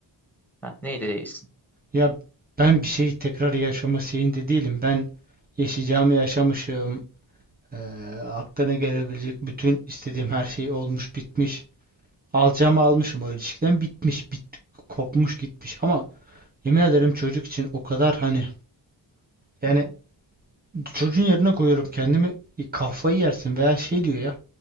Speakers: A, in the centre; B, on the right.
A: ha, neydi değilsin?
B: Ya ben bir şeyi tekrar yaşama şeyinde değilim. Ben yaşayacağımı yaşamışım. Ee, aklına gelebilecek bütün istediğim her şey olmuş bitmiş. Alacağımı almışım o ilişkiden bitmiş bit kopmuş gitmiş ama yemin ederim çocuk için o kadar hani yani
A: <laughs>
B: çocuğun yerine koyuyorum kendimi E, kafayı yersin veya şey diyor ya.